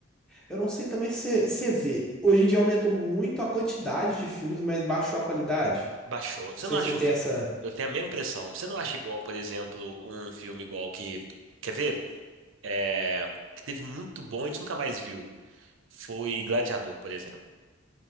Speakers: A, in the centre; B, on the right (about 70°).
A: Eu não sei também se você você vê. Hoje em dia aumentou muito a quantidade de filmes, mas baixou a qualidade.
B: baixou. Você
A: Não sei
B: não
A: se
B: acha
A: você tem
B: um.
A: essa.
B: Eu tenho a mesma impressão. Você não acha igual, por exemplo, um filme igual que. Quer ver? É... Que teve muito bom, a gente nunca mais viu. Foi Gladiador, por exemplo.